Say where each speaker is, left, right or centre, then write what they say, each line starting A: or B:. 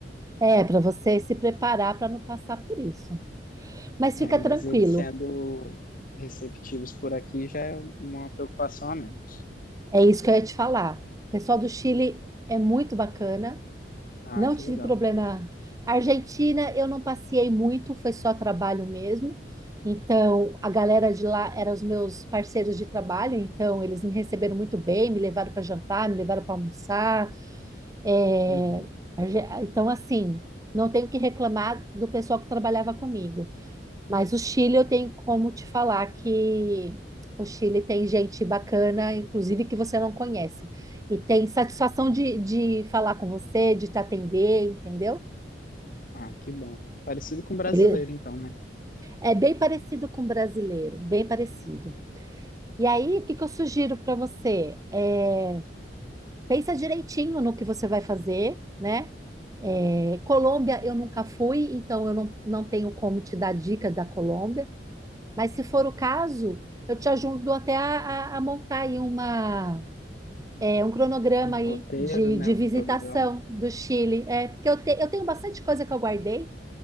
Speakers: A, on the right; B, on the left.
A: é para você se preparar para não passar por isso. Mas
B: É,
A: fica
B: mas
A: tranquilo,
B: eles sendo receptivos por aqui já é uma preocupação a menos.
A: é isso que eu ia te falar. O pessoal do Chile é muito bacana.
B: Ah,
A: Não
B: que
A: tive
B: legal.
A: problema. Argentina, eu não passeei muito, foi só trabalho mesmo. Então, a galera de lá eram os meus parceiros de trabalho, então eles me receberam muito bem, me levaram para jantar, me levaram para almoçar. É,
B: Uhum.
A: Arge- Então, assim, não tenho o que reclamar do pessoal que trabalhava comigo. Mas o Chile eu tenho como te falar que o Chile tem gente bacana, inclusive que você não conhece. E tem satisfação de, de falar com você, de te atender, entendeu?
B: Ah, que bom. Parecido com o brasileiro,
A: Ele
B: então, né?
A: é bem parecido com o brasileiro, bem parecido. E aí, o que que eu sugiro para você? É, pensa direitinho no que você vai fazer, né? É, Colômbia eu nunca fui, então eu não, não tenho como te dar dica da Colômbia. Mas se for o caso, eu te ajudo até a, a- a montar aí uma, é, um cronograma
B: Um
A: aí
B: roteiro,
A: de,
B: né?
A: de visitação
B: Um cronograma.
A: do Chile. É, porque eu, te- eu tenho bastante coisa que eu guardei.